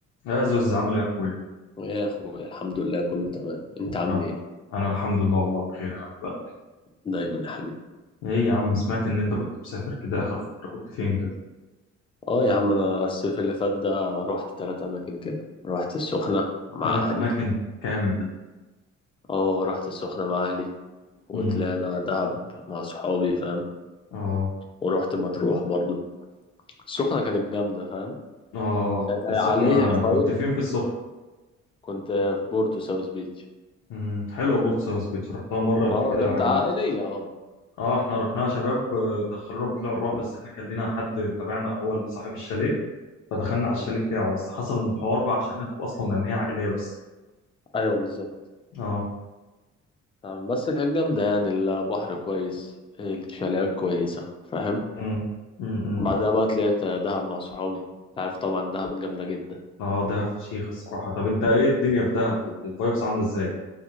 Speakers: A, on the left; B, on the left.
A: يا زوز عامل ايه يا اخويا؟
B: يا اخويا الحمد لله كله تمام انت عامل
A: آه.
B: ايه
A: انا الحمد لله والله بخير يا حبيب قلبي.
B: دايما يا حبيبي
A: ايه يا عم سمعت ان انت كنت مسافر كده اخر فترة كنت فين كده؟
B: اه يا عم انا الصيف اللي فات ده رحت ثلاث اماكن كده رحت السخنة مع
A: ثلاث
B: اهلي
A: اماكن جامد ده.
B: اه رحت السخنة مع اهلي وطلعنا
A: امم
B: دهب مع صحابي فاهم
A: اه
B: ورحت مطروح برضو السخنة كانت جامدة فاهم
A: اه
B: كانت عليها
A: السخنة
B: شوية
A: كنت فين في السخنة؟
B: كنت في بورتو ساوث بيتش
A: امم حلوة بورت ساوث بيتش رحتها مرة قبل
B: اه
A: كده
B: جامدة
A: عجبتني.
B: عائلية اه
A: اه احنا رحناها شباب آه، دخلونا بطلوع الروح بس احنا كان لنا حد تابعنا هو اللي صاحب الشاليه فدخلنا على
B: مم.
A: الشاليه بتاعه بس حصل الحوار بقى عشان ندخل اصلا لان هي عائلية بس.
B: ايوه بالظبط
A: اه
B: آه، بس كانت جامدة يعني البحر كويس الشاليهات كويسة فاهم
A: امم امم
B: بعدها بقى طلعت دهب مع صحابي انت عارف طبعا دهب جامدة جدا
A: اه دهب فشيخ الصراحة طب انت ايه الدنيا في دهب الفايبس عاملة ازاي